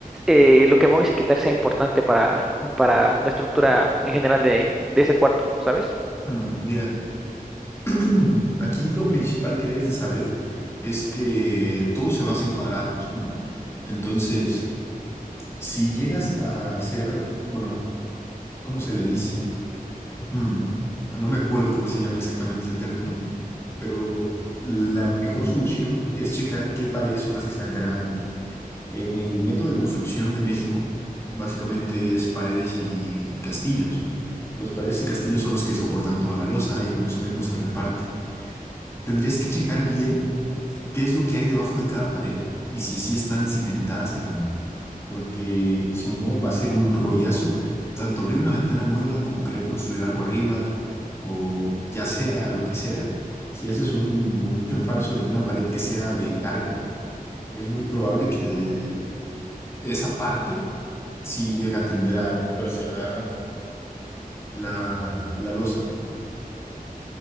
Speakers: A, in the centre; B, on the left.
A: eh, lo que vamos a quitar sea importante para, para la estructura en general de, de ese cuarto, ¿sabes?
B: Mm, mira. <clears throat> Aquí lo principal que debes de saber es que todo se basa en cuadrados, ¿no? Entonces, si llegas a hacer, bueno, ¿cómo se le dice? Hmm, no me acuerdo cómo se llama exactamente el término, pero la mejor solución es checar qué paredes son las que están cargando. En el método de construcción de México, básicamente es paredes y castillos. Los paredes y castillos son los que soportan toda la losa y con eso mismo se reparte. Tendrías que checar bien. qué es lo que hay debajo de cada pared y si sí están cimentadas en algo. Porque si no, va a ser un rollazo, tanto abrir una ventana nueva como querer construir algo arriba o ya sea lo que sea. Si haces un movimiento en falso en una pared que sea de carga, es muy probable que esa parte sí llegue a tender a romperse la, la, la losa.